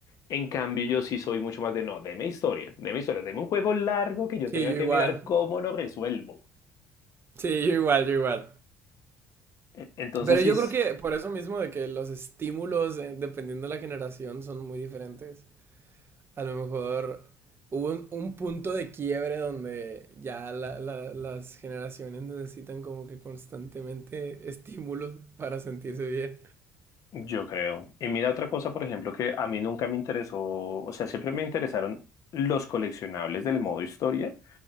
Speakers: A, on the left; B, on the right.
A: En cambio, yo sí soy mucho más de no, deme historia, deme historia, deme un juego largo que yo
B: Sí,
A: tenga
B: yo
A: que
B: igual.
A: mirar cómo lo resuelvo.
B: Sí, yo igual, yo igual.
A: E- Entonces
B: Pero yo
A: sí.
B: creo que por eso mismo de que los estímulos, eh, dependiendo de la generación, son muy diferentes. A lo mejor hubo un, un punto de quiebre donde ya la- la- las generaciones necesitan como que constantemente <laughs> estímulos para sentirse bien.
A: Yo creo. Y mira otra cosa, por ejemplo, que a mí nunca me interesó, o sea, siempre me interesaron los coleccionables del modo historia.